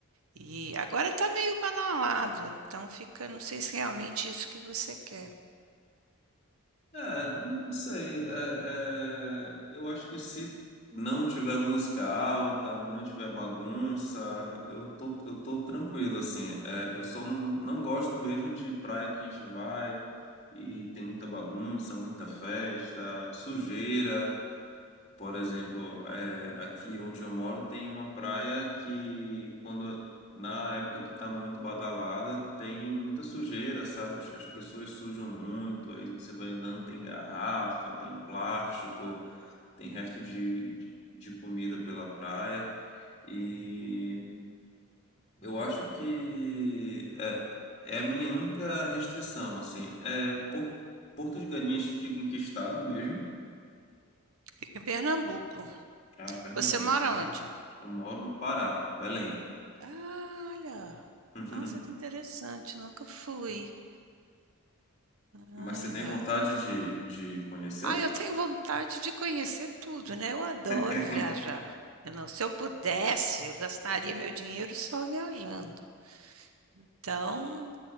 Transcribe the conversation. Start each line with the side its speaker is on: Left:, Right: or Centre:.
Right: E agora tá meio banalado, então fica, não sei se é realmente isso que você quer.
Left: É, não sei. é, é, eu acho que se não tiver música alta, não tiver bagunça, eu tô, eu tô tranquilo, assim. É, eu só não, não gosto mesmo de praia que a gente vai e tem muita bagunça, muita festa, sujeira. Por exemplo, é, aqui onde eu moro tem uma praia que, quando na época que está muito badalada, tem muita sujeira, sabe? As as pessoas sujam muito, aí você vai andando, tem garrafa, tem plástico, tem resto de, de de comida pela praia. E eu acho que é, é a minha única restrição, assim. É, Por- Porto de Galinhas fica em que estado mesmo?
Right: Fica em Pernambuco.
Left: Ah, Pernambuco,
Right: Você mora
Left: né?
Right: onde?
Left: Eu moro no Pará, Belém.
Right: Ah, olha.
Left: Uhum.
Right: Nossa, que interessante, nunca fui.
Left: Mas
Right: Olha.
Left: você tem vontade de, de conhecer?
Right: Ah, eu tenho vontade de conhecer tudo, né? Eu adoro
Left: <laughs>
Right: viajar. Eu não, se eu pudesse, eu gastaria meu dinheiro só viajando. Então,